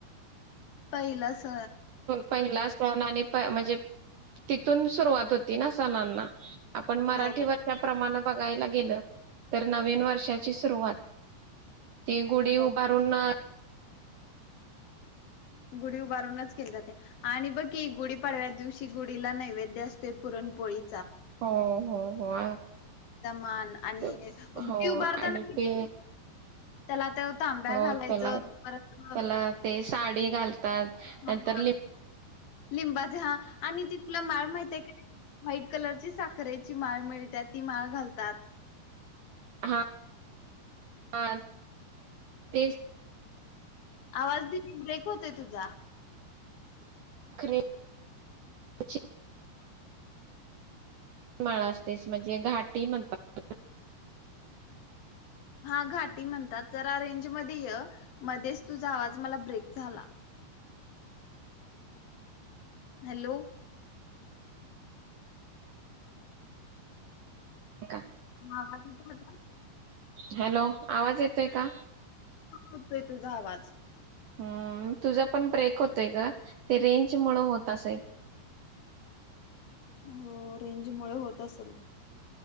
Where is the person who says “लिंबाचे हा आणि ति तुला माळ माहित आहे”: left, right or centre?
Left